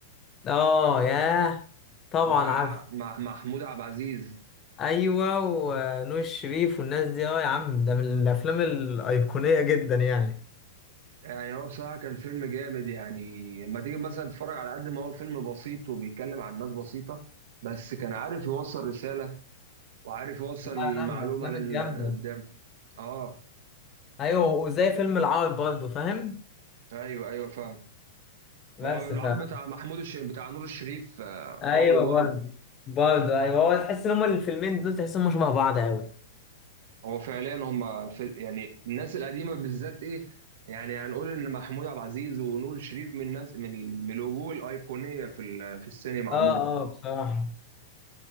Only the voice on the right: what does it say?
بتاع
مع مع محمود عبد العزيز
يعني هو بصراحة كان فيلم جامد يعني لما تيجي مثلا تتفرج على قد ما هو فيلم بسيط وبيتكلم عن ناس بسيطة بس كان عارف يوصل رسالة وعارف يوصل
المعلومة
للي
قدام اه
ايوه ايوه فاهم
ما هو العرض
بتاع محمود الش... بتاع نور الشريف آه،
قوي برضه
هو فعليا هم في يعني الناس القديمه بالذات ايه يعني هنقول ان محمود عبد العزيز ونور الشريف من الناس من ال- من الوجوه الايقونيه في ال- في السينما عموما